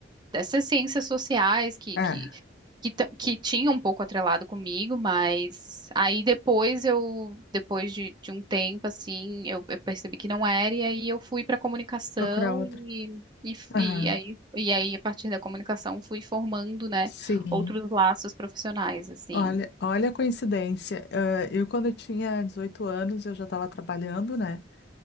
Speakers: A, on the right (about 25°); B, on the left (about 60°).
A: dessas ciências sociais que,
B: É,
A: que, que, ta- que tinha um pouco atrelado comigo, mas aí depois eu, depois de, de um tempo, assim, eu, eu percebi que não era, e aí eu fui para comunicação
B: procurar outro.
A: e, e, f-
B: Aham.
A: e aí, e aí, a partir da comunicação, fui formando, né,
B: Sim.
A: outros laços profissionais, assim.
B: Olha, olha a coincidência. Ah, eu, quando eu tinha 18 anos, eu já estava trabalhando, né?